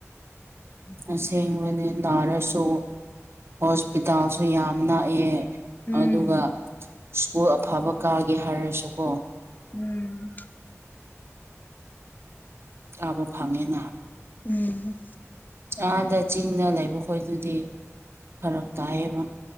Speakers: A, on the left; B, on the right.
A: ꯃꯐꯝꯁꯦ
B: ꯑꯁꯦꯡꯕꯅꯤ ꯅꯥꯔꯁꯨ ꯍꯣꯁꯄꯤꯇꯥꯜꯁꯨ ꯌꯥꯝ ꯅꯛꯑꯦ
A: ꯎꯝ
B: ꯑꯗꯨꯒ ꯁ꯭ꯀꯨꯜ ꯑꯐꯕ ꯀꯥꯒꯦ ꯍꯥꯏꯔꯁꯨꯀꯣ
A: ꯎꯝ
B: ꯆꯥꯕ ꯐꯪꯉꯦꯅ
A: ꯎꯝ
B: ꯑꯥꯗ ꯆꯤꯡꯗ ꯂꯩꯕ ꯈꯣꯣꯏꯗꯨꯗꯤ ꯐꯔꯛ ꯇꯥꯏꯌꯦꯕ